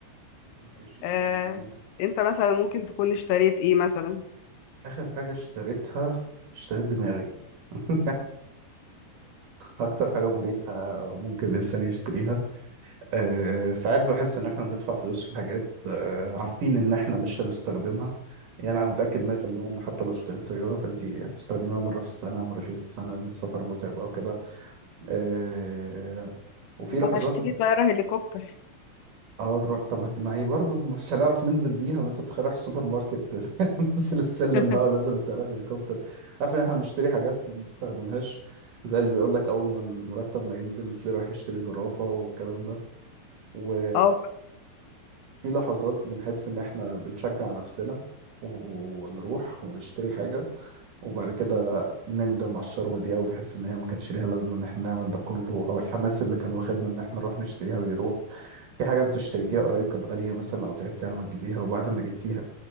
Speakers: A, on the right; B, on the left.
A: ماشي دي
B: آه،
A: حاجه جميله
B: أنت مثلا ممكن تكون اشتريت إيه مثلا
A: اخر حاجه اشتريتها اشتريت دماغي <laughs> اكتر حاجه مريحه ممكن الانسان يشتريها أه ساعات بحس ان احنا بندفع فلوس في حاجات أه عارفين ان احنا مش هنستخدمها يعني انا متاكد 100% ان حتى لو اشتريت طياره فانت هتستخدميها مره في السنه مرتين في السنه ان السفر متعب او كده آه وفي
B: لما
A: لحظات
B: هشتري طيارة هليكوبتر
A: اه طب ما هي برضه مش هنعرف ننزل بيها مثلا تخيل رايح السوبر ماركت <laughs> ننزل السلم
B: <laughs>
A: بقى ونزل من طيارة الهليكوبتر عارف ان احنا بنشتري حاجات ما بنستخدمهاش زي اللي بيقول لك اول ما المرتب ما ينزل تلاقيه رايح يشتري زرافة والكلام ده و
B: اه
A: في لحظات بنحس إن إحنا بنشجع نفسنا ونروح ونشتري حاجة وبعد كده نندم على الشروة دي أو نحس إن هي ما كانتش ليها لازمة إن إحنا نعمل ده كله أو الحماس اللي كان واخدنا إن إحنا نروح نشتريها بيروح في حاجة أنت اشتريتيها قريب كانت غالية مثلا أو تعبتي على ما تجيبيها وبعد ما جبتيها